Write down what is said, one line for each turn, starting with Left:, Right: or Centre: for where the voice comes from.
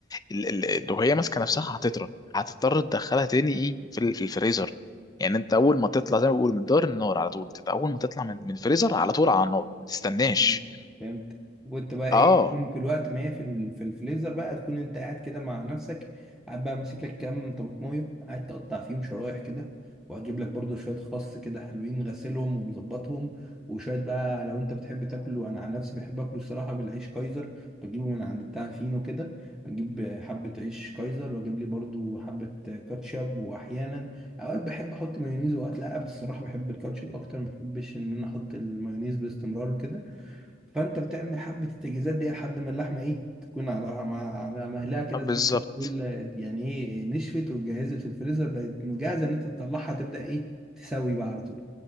Left: ال- ال- لو هي ماسكه نفسها هتطرى هتضطر تدخلها تاني ايه في ال- في الفريزر يعني انت اول ما تطلع زي ما بيقول من دار النار على طول تت- اول ما تطلع من من الفريزر على طول على النار ما تستناش
Centre: مم. فهمت وانت بقى ايه
Left: اه
Centre: تكون في الوقت ما هي في ال- في الفريزر بقى تكون انت قاعد كده مع نفسك قاعد بقى ماسك لك كام طماطمايه قاعد تقطع فيهم شرايح كده وهجيب لك برضو شويه خس كده حلوين غسلهم ومظبطهم وشويه بقى لو انت بتحب تاكله انا عن نفسي بحب اكله الصراحه بالعيش كايزر بجيبه من عند بتاع الفينو كده اجيب حبه عيش كايزر واجيب لي برضو حبه كاتشب واحيانا اوقات بحب احط مايونيز واوقات لا بس الصراحه بحب الكاتشب اكتر ما بحبش ان انا احط المايونيز باستمرار وكده فانت بتعمل حبه التجهيزات دي لحد ما اللحمه ايه تكون على مع- مع مهلها كده
Left: بالظبط
Centre: زي ما انت بتقول آه، يعني ايه نشفت واتجهزت في الفريزر بقت مجهزه ان انت تطلعها تبدا ايه تسوي بقى على طول